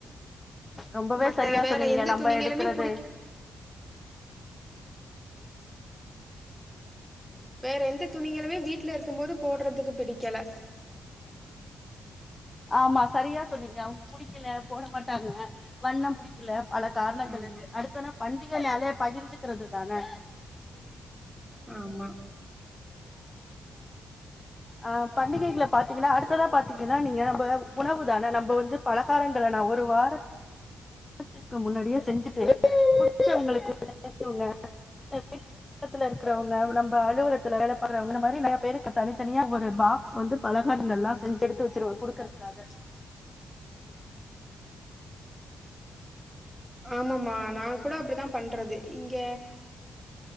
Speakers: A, on the left; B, in the centre.
A: ரொம்பவே
B: மத்த
A: சரியா
B: வேற
A: சொன்னீங்க
B: எந்த
A: நம்ம
B: துணிங்களுமே
A: எடுக்கறது
B: புடிக்க வேற எந்த துணிகங்களுமே வீட்ல இருக்கும் போது போடுறதுக்கு புடிக்கல
A: ஆமா சரியா சொன்னீங்க அவங்க புடிக்கல போட மாட்டாங்க வண்ணம் புடி க்கல பல காரணங்கள்
B: ஆமா,
A: இருக்கு அடுத்தன பண்டிகைனாலே பகிர்ந்துக்கிறது தானே
B: ஆமா
A: ஆ பண்டிகைகள பாத்தீங்கன்னா அடுத்ததா பாத்தீங்கன்னா நீங்க இப்ப உணவு தான நம்ப வந்து பலகாரங்கள நா ஒரு வார த்துக்கு முன்னாடியே செஞ்சுட்டு புடிச்சவங்களுக்கு தெரிஞ்சவங்க <inaudible> பக்கத்துல இருக்கிறவங்க நம்ம அலுவலத்தில வேல பாக்கிறவங்க மாரி நறைய பேருக்கு தனித்தனியா ஒரு பாக் சு வந்து பலகாரங்கள்லா செஞ்சு எடுத்து வச்சருவா குடுக்கருத்துக்காக
B: ஆமாம நான் கூட அப்டித்தான் பண்றது இங்க